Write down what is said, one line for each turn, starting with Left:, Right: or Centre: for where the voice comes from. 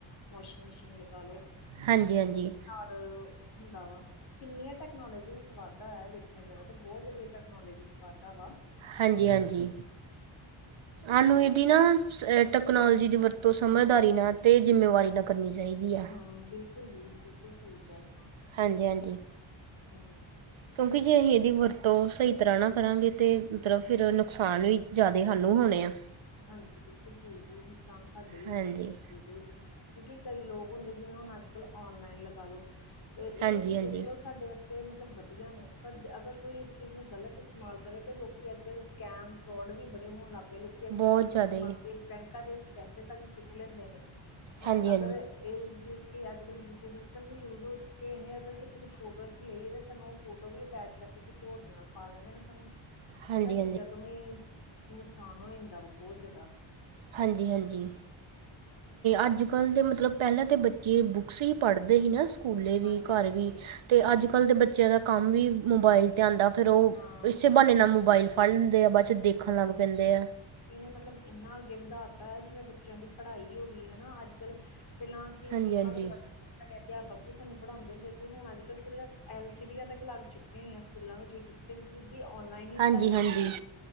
Left: ਵਾਸ਼ਿੰਗ ਮਸ਼ੀਨ ਲਗਾ ਲੋ।
Right: ਹਾਂਜੀ, ਹਾਂਜੀ।
Left: ਅ ਹੁੰਦਾ ਵਾ। ਕਿੰਨੀਆਂ ਟੈਕਨੋਲੋਜੀ ਵਿੱਚ ਵਾਧਾ ਐ ਵੇਖਿਆ ਜਾਵੇ ਤੇ ਬਹੁਤ ਜਿਆਦਾ ਟੈਕਨੋਲੋਜੀ ਵਿੱਚ ਵਾਧਾ ਵਾ।
Right: ਹਾਂਜੀ ਹਾਂਜੀ,
Left: ਤੇ
Right: ਆਨੂੰ ਇਹਦੀ ਨਾ ਸ ਟੈਕਨੋਲੋਜੀ ਦੀ ਵਰਤੋਂ ਸਮਝਦਾਰੀ ਨਾਲ ਤੇ ਜਿੰਮੇਵਾਰੀ ਨਾਲ ਕਰਨੀ ਚਾਹੀਦੀ ਆ।
Left: ਹਾਂ, ਬਿਲਕੁਲ ਜੀ। ਬਿਲਕੁਲ ਸਹੀ ਕਿਹਾ ਤੁਸੀਂ।
Right: ਹਾਂਜੀ, ਹਾਂਜੀ।
Left: ਹਾਂ।
Right: ਕਿਉਂਕਿ ਜੇ ਅਹੀ ਇਹਦੀ ਵਰਤੋਂ ਸਹੀ ਤਰ੍ਹਾਂ ਨਾਲ ਕਰਾਂਗੇ ਤੇ ਮਤਲਬ ਫਿਰ ਨੁਕਸਾਨ ਵੀ ਜਿਆਦਾ ਸਾਨੂੰ ਹੋਣੇ ਆ।
Left: ਹਾਂਜੀ ਬਿਲਕੁਲ, ਸਹੀ ਜੀ ਨੁਕਸਾਨ ਸਾਡੇ ਹੀ
Right: ਹਾਂਜੀ
Left: ਹੈਗੇ ਨੇ ਇਸ ਚੀਜ਼ ਦੇ ਵਿੱਚ। ਕਿਉਂਕਿ ਕਈ ਲੋਕ ਹੁੰਦੇ ਜਿਵੇਂ ਹੁਣ ਅੱਜ-ਕੱਲ੍ਹ ਔਨਲਾਈਨ ਲਗਾ ਲੋ ਏਹ
Right: ਹਾਂਜੀ
Left: ਤੇ ਚੀਜ਼ਾਂ
Right: ਹਾਂਜੀ
Left: ਚਲੋ ਸਾਡੇ ਵਾਸਤੇ- ਤੇ ਮਤਲਬ ਵਧੀਆ ਨੇ, ਪਰ ਜੇ ਅਗਰ ਕੋਈ ਇਸ ਚੀਜ਼ ਨੂੰ ਗਲਤ ਇਸਤੇਮਾਲ ਕਰੇ ਤੇ ਲੋਕ ਅੱਜ-ਕੱਲ੍ਹ ਸਕੈਮ ਫਰੋਡ ਵੀ ਬੜੇ ਹੋਣ ਲੱਗ ਪਏ ਲੋਕੀ ਅੱਜ-ਕੱਲ੍ਹ
Right: ਬਹੁਤ
Left: ਔ ਟੀ
Right: ਜ਼ਿਆਦਾ
Left: ਪੀ ਮੰਗ ਕੇ ਬੈਂਕਾਂ ਦੇ ਪੈਸੇ ਤੱਕ ਖਿੱਚ ਲੈਂਦੇ ਨੇ, ਹੈਂ
Right: ਹਾਂਜੀ ਹਾਂਜੀ
Left: ਅਗਰ ਏਹ ਜੇ ਕਿ ਅੱਜ-ਕੱਲ ਦੂਜੇ ਸਿਸਟਮ ਵੀ ਯੂਜ ਹੋ ਚੁੱਕੇ ਨੇ ਅਗਰ ਕਿਸੇ ਦੀ ਫੋਟੋ ਅਸੀਂ ਲਈਏ ਤਾਂ ਸਾਨੂੰ ਓਹ ਫੋਟ ਟੋ ਵੀ ਅਟੈਚ ਕਰਕੇ ਕਿਸੇ ਹੋਰ ਦੇ ਨਾਲ ਪਾ ਦਿੰਦੇ ਨੇ, ਸਾਨੂੰ
Right: ਹਾਂਜੀ
Left: ਏਨਾਂ ਚੀਜ਼ਾਂ
Right: ਹਾਂਜੀ
Left: ਤੋਂ ਵੀ ਨੁਕਸਾਨ ਹੋ ਜਾਂਦਾ ਵਾ ਬਹੁਤ ਜਿਆਦਾ।
Right: ਹਾਂਜੀ, ਹਾਂਜੀ। ਅੱਜ-ਕੱਲ੍ਹ ਤੇ ਮਤਲਬ ਪਹਿਲਾਂ ਤਾਂ ਬੱਚੇ ਬੁੱਕਸ ਹੀ ਪੜ੍ਹਦੇ ਹੀ ਨਾ। ਸਕੂਲੇ ਵੀ
Left: ਹਾਂਜੀ
Right: ਘਰ
Left: ਹਾਂਜੀ
Right: ਵੀ ਤੇ
Left: ਹਾਂਜੀ
Right: ਅੱਜ-ਕੱਲ੍ਹ ਦੇ ਬੱਚੇ ਬੱਚਿਆਂ ਦਾ ਕੰਮ ਵੀ ਮੋਬਾਇਲ 'ਤੇ ਆਉਦਾ ਫੇਰ ਓਹ
Left: ਹਾਂ
Right: ਇਸੇ ਬਹਾਨੇ ਨਾਲ ਮੋਬਾਇਲ ਫੜ ਦੇ ਆ ਬਾਅਦ 'ਚ ਦੇਖਣ ਲੱਗ ਪੈਂਦੇ ਐ।
Left: ਏਨੇ ਮਤਲਬ ਇੰਨਾ ਅੱਗੇ ਵਧਾਤਾ ਜਿਵੇਂ ਬੱਚਿਆਂ ਦੀ ਪੜ੍ਹਾਈ ਹੋ ਗਈ ਹਨਾ ਅੱਜ-ਕੱਲ੍ਹ। ਪਹਿਲਾਂ ਅਸੀਂ
Right: ਹਾਂਜੀ
Left: ਬੁੱਕਾਂ
Right: ਹਾਂਜੀ
Left: ਤੋਂ ਪੜ੍ਹ ਪਹਿਲੇ ਅਧਿਆਪਕ ਵੀ ਸਾਨੂੰ ਪੜਾੰਉਦੇ ਹੁੰਦੇ ਸੀ ਹੁਣ ਅੱਜ-ਕੱਲ ਸਿਲਫ ਐਲ ਸੀ ਡੀਆਂ ਤੱਕ ਲੱਗ ਚੁੱਕ ਕੀਆਂ ਹੋਈਆਂ ਸਕੂਲਾਂ ਵਿੱਚ ਵੀ ਜਿੱਥੇ ਸਿੱਧੀ ਔਨਲਾਈਨ ਹੀ
Right: ਹਾਂਜੀ
Left: ਪੜ੍ਹਾਈ ਹੁੰਦੀ
Right: ਹਾਂਜੀ
Left: ਪਈ।